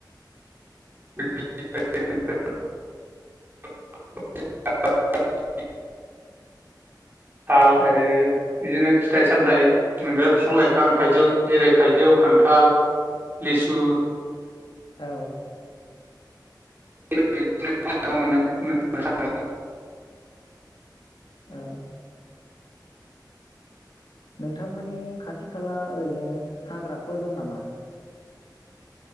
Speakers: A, on the right; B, on the left.
A: <unintelligible> थाल आरो बिदिनो फिथाइ सामथायाइ मोनग्रा बिफां लाइफां थाइजौ जेरै थाइजौ खान्थाल लिसु
B: औ
A: <unintelligible>
B: औ नोंथांमोननि खाथि खाला ओरैनो हाग्राफोर दं नामा